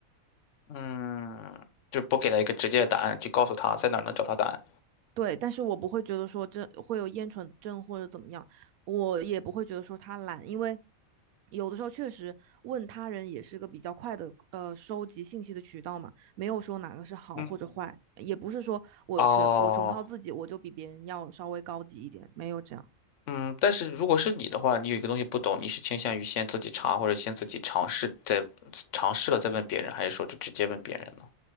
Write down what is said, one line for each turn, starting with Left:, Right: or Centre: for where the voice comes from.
Left: 嗯就不给他一个直接的答案，就告诉他在哪儿能找到答案。
Right: 对，但是我不会觉得说这会有厌蠢症或者怎么样，我也不会觉得说他懒，因为有的时候确实问他人也是个比较快的呃收集信息的渠道嘛，没有说哪个是好或者坏，
Left: 嗯，
Right: 也不是说我全我纯靠自己我就比别人要稍微高级一点，
Left: 哦，
Right: 没有这样。
Left: 嗯，但是如果是你的话，你有一个东西不懂，你是倾向于先自己查，或者先自己尝试再尝试了再问别人，还是说就直接问别人呢？